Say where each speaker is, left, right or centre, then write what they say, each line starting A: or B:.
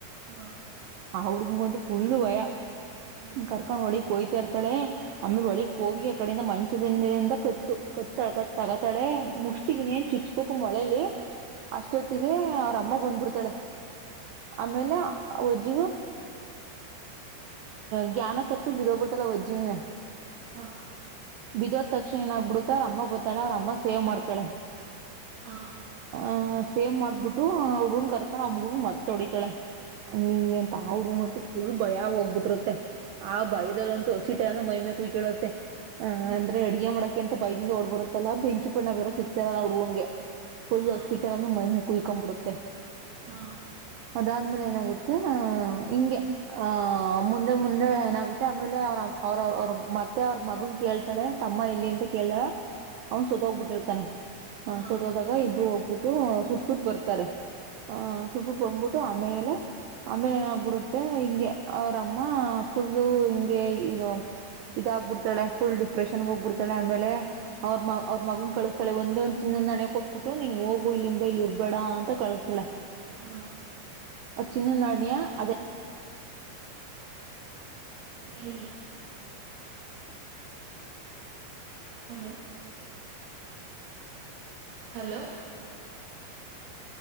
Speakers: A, on the right (about 85°); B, on the right (about 70°).
A: ಹಾ
B: ಹುಡ್ಗಂತ ಫುಲ್ಲು ಭಯಾ
A: ಹಾ
B: ಕರ್ಕೊಂಡ್ ಒಳಕ್ಕೊಯ್ತಾ ಇರ್ತಾಳೆ ಆಮೇಲೆ ಒಳಿಗ್ ಹೋಗಿ ಆ ಕಡಿಂದ ಮಂಚದಿಂದ ಕತ್ತು ಕತ್ತಗತಾಳೆ ಮುಷ್ಟಿಗೆನೇ ಏನ್ ಚುಚ್ ಕು ಮಳೇಲಿ ಅಷ್ಟೊತ್ತಿಗೆ ಅವ್ರ ಅಮ್ಮ ಬಂದ್ಬಿಡ್ತಾಳೆ ಆಮೇಲೆ ಅವಜ್ಜಿಗು ಜ್ಞಾನ ತಪ್ಪಿ ಬಿದ್ದು ಹೋಗಿ ಬಿಡುತ್ತಾಳೆ ಅವು ಅಜ್ಜಿನುವೆ
A: ಹಾ
B: ಬಿದೋದ ತಕ್ಷಣ ಏನಾಗಬಿಡುತ್ತೋ ಅವ್ರ ಅಮ್ಮ ಬರತ್ತಾಳೆ ಅವ್ರ ಅಮ್ಮ ಸೇವ್ ಮಾಡ್ತಾಳೆ
A: ಹಾ
B: ಆಹ್ ಸೇವ್ ಮಾಡ್ಬಿಟ್ಟು ಆ ಹುಡಗನ್ ಕರ್ಕೊಂಡ್ ಆ ಹುಡ್ಗನ್ ಮತ್ ಹೊಡಿತಾಳೆ ಅ ಹಿಂಗೆಂತ ಆ ಹುಡುಗ ಮ ಫುಲ್ ಭಯಾ ಹೋಗ್ಬಿಟ್ಟರುತ್ತೆ
A: ಹಾ
B: ಆ ಭಯದಲ್ಲಂತು ತೋರಸಿಟರ ನ ಮೈಮೆ ಕೈ ಕೇಳುತ್ತೆ ಅ
A: ಹ್ಮ್
B: ಅಂದ್ರೆ ಅಡುಗೆ ಮಾಡೋಕೆ ಅಂತ ಬೈದಿಂದ ಓಡ್ ಬರುತ್ತಲ್ಲ ಬೆಂಕಿ ಪಣ್ಣ ಬೇರೆ ಸಿಕ್ತಾರಲ್ಲಾ ಹುಡುವಂಗೆ ಫುಲ್
A: ಹಾ
B: ಅಕ್ಕಿಹಿಟ್ಟು ಅ ಮೈಮೇಲೆ ಕ ಕುಯ್ಕೊಂಡ್ ಬಿಡುತ್ತೆ
A: ಹಾ
B: ಅದಾದ್ಮೇಲೆ ಏನಾಗುತ್ತೆ ಆಹ ಹಿಂಗೆ ಆ ಮುಂದೆ ಮುಂದೆ ಏನಾಗುತ್ತೆ ಆಮೇಲೆ ಅವ್ರ ಅವ್ರ ಅವ್ರ ಮತ್ತೆ ಅವ್ರ ಮಗನ್ ಕೇಳ್ತಾಳೆ ತಮ್ಮ ಎಲ್ಲಿ ಅಂತ ಕೇಳ್ತಾಳೆ ಅವನು ಸತ ಹೋಗ್ಬಿಟ್ಟಿರ್ತಾನೆ
A: ಹಾ
B: ಸೊತೋದಾಗ ಇಬ್ಬರು ಹೋಗ್ಬಿಟ್ಟು ಸುಟ್ಟಬಿಟ್ ಬರ್ತಾರೆ ಹ ಸುಟ್ ಬಿಟ್ಟು ಬಂದ್ಬಿಟ್ಟು ಆಮೇಲೆ ಆಮೇಲೆ ಏನಾಗಬಿಡುತ್ತೆ ಹಿಂಗೆ ಅವ್ರಮ್ಮ ಫುಲ್ ಹಿಂಗೆ ಇದು ಇದಾಗ್ಬಿಡ್ತಾಳ ಫುಲ್ ಡಿಪ್ರೆಷನ್ಗೆ ಹೋಗ್ಬಡ್ತಾಳೆ ಆಮೇಲೆ ಅವ್ರ ಮ ಅವ್ರ ಮಗನ್ ಕಳಸ್ತಾಳ ಒಂದೇ ಒಂದ್ ಚಿನ್ನದ ನಾಣ್ಯ ಕೊಟ್ಬಿಟ್ಟು ನೀನ್ ಹೋಗು ಇಲ್ಲಿಂದ ಇಲ್ಲಿ ಇರ್ಬೇಡ ಅಂತ ಕಳಿಸಸ್ತಾಳೆ
A: ಹಾ
B: ಚಿನ್ನ ನಾಣ್ಯಯಾ ಅದ
A: ಹೇಳಿ ಹಲೋ ಹಲೋ